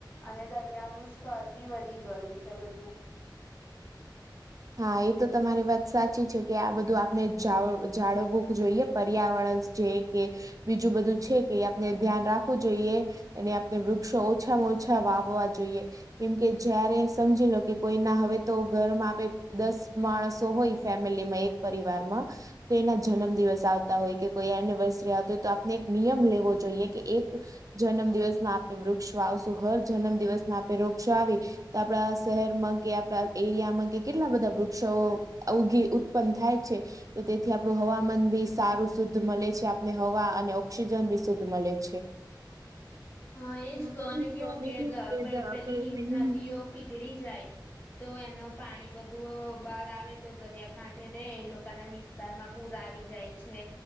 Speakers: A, on the left; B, on the right.
A: અને દરિયાનું સ્તર બી વધી ગયું છે બધું
B: હા એ તો તમારી વાત સાચી છે કે આ બધું આપને જાળ જાળવવું જોઈએ પર્યાવરણ છે કે બીજું બધું છે કે આપને ધ્યાન રાખવું જોઈએ. એની આપણે વૃક્ષો ઓછામાં ઓછા વાવવા જોઈએ કેમકે જયારે સમજી લો કે કોઈના હવે તો ઘરમાં આપે દસ માણસો હોય ફેમિલીમાં એક પરિવારમાં તો એના જન્મ દિવસ આવતા હોય કે કોઈ એનિવર્સરી આવતી હોય તો આપને એક નિયમ લેવો જોઈએ કે એક જન્મ દિવસમાં આપડે વૃક્ષો આવશું હર જન્મ દિવસમાં આપે વૃક્ષો આવી તો આપડા શહેરમાં કે આપડા એરિયામાં કે કેટલા બધા વૃક્ષો ઉગી ઉત્પન્ન થાય છે તો તેથી આપણું હવામાન બી સારું શુદ્ધ મળે છે આપને હવા અને ઓક્સિજન બી શુદ્ધ મળે છે.
A: હા એ જ તો
B: હા
A: અને
B: એ
A: કેઉં કેું
B: કેવું
A: દ આપડે
B: કે
A: પહેલી હિમનાદીઓ
B: પેલી
A: પીગડી જાય તો એનું પાણી બધું બહાર આવે તો દરિયાકાઠે રે એ લોકોના વી સ્થારમાં પૂર આવી જાય છે